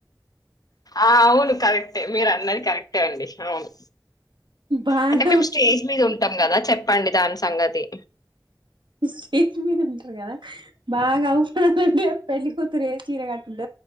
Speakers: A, on the left; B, on the right.
A: ఆ అవును కరెక్టే మీరు అన్నది కరెక్టే అండి అవును
B: బాగా
A: అంటే మేము స్టేజ్ మీద ఉంటాం కదా చెప్పండి దాని సంగతి
B: స్టేజ్ మీద ఉంటారు కథ బాగా ంటే పెళ్లికతురే చీర కట్టుండ